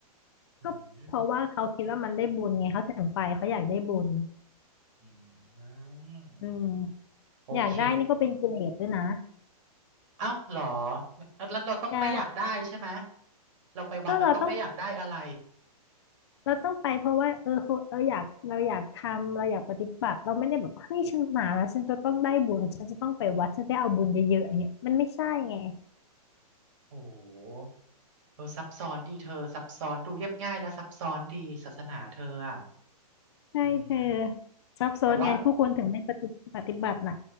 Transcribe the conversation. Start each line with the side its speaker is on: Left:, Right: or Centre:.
Right: อืม
Left: ก็เพราะว่าเขาคิดว่ามันได้บุญไงเขาถึงไปเขาอยากได้บุญ
Right: อืม
Left: อืม
Right: โอเค
Left: อยากได้นี่ก็เป็นกิเลสด้วยนะ
Right: เอ้าเหรองั้นเราต้องไม่อยากได้ใช่ไหม
Left: ใช่
Right: เราไปวัดเราต้องไม่อยากได้อะไร
Left: ก็เราต้องเราต้องไปเพราะว่าเออคือเราอยากเราอยากทำเราอยากปฏิบัติเราไม่ได้แบบเฮ้ยฉันมาแล้วฉันจะต้องได้บุญฉันจะต้องไปวัดฉันได้เอาบุญเยอะๆอย่างเงี้ยมันไม่ใช่ไง
Right: โอ้โหเออซับซ้อนดีเธอซับซ้อนดูเรียบง่ายและซับซ้อนดีศาสนาเธออ่ะ
Left: ใช่เธอ
Right: อืม
Left: ซับซ้อนไงผู้คนถึงไม่ปฏิปฏิบัติน่ะ
Right: แต่ว่า